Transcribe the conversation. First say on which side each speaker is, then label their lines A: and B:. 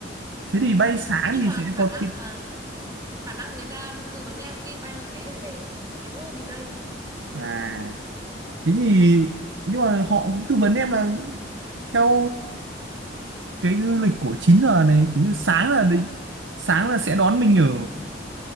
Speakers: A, on the right; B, on the right.
A: thế thì bay
B: đấy
A: sáng
B: nhưng
A: thì
B: mà
A: sẽ
B: khả
A: có
B: năng
A: cái
B: là khả năng người ta tư vấn em cái bay như thế là để sợ nhỡ delay
A: à thế thì nhưng mà họ cũng tư vấn em là theo cái lịch của 9 giờ này kiểu như sáng là đến sáng là sẽ đón mình ở